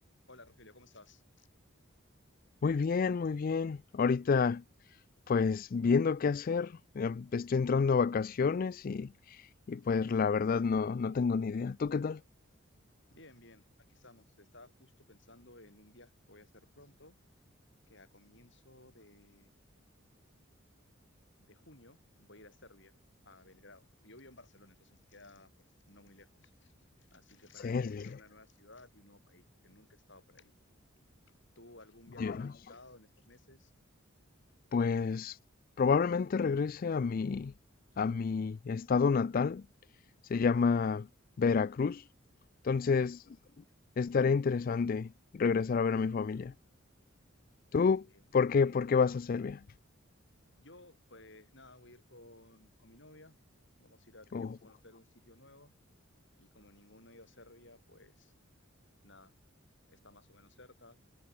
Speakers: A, on the left; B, on the left.
A: Hola Rogelio, ¿cómo estás?
B: Muy bien, muy bien. Ahorita, pues viendo qué hacer. Ya Estoy entrando a vacaciones y, y, pues la verdad no, no tengo ni idea. ¿Tú qué tal?
A: Bien, bien, aquí estamos. Estaba justo pensando en un viaje que voy a hacer pronto, que a comienzo de, de junio voy a ir a Serbia, a Belgrado. Yo vivo en Barcelona, entonces me queda pues no muy lejos. Así que para
B: Serio,
A: descubrir una nueva ciudad y un nuevo país, porque nunca he estado por ahí. ¿Tú algún viaje
B: Dios.
A: planificado en estos meses?
B: Pues probablemente regrese a mi, a mi estado natal. Se llama Veracruz. Entonces,
A: Ujú.
B: estaría interesante regresar a ver a mi familia. ¿Tú
A: Eh,
B: por qué, por qué vas a Serbia?
A: yo pues nada, voy a ir con, con mi novia. Vamos a ir a, queríamos
B: Oh,
A: conocer un sitio nuevo. Y como ninguno dio Serbia, pues nada, está más o menos cerca,